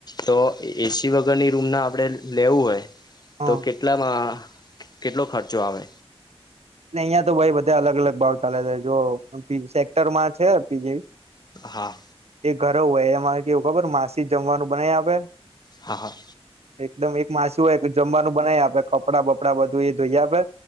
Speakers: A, on the left; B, on the right.
A: તો એ એ સી વગરની રૂમના આપણેે લેવું હોય
B: હા
A: તો કેટલામાં કેટલો ખર્ચો આવે?
B: ને અઈયાં તો ભાઈ બધે અલગ અલગ ભાવ ચાલે છે, જો પિન સેક્ટરમાં છે પી જી
A: હા.
B: એ ઘરઉ હોય એમાં કેવું ખબર માસી જમવાનું બનાય આપે
A: હા હા
B: એકદમ એક માસી હોય <unintelligible> જમવાનું બનાય આપે કપડા બપડા બધું એ ધોઈ આપે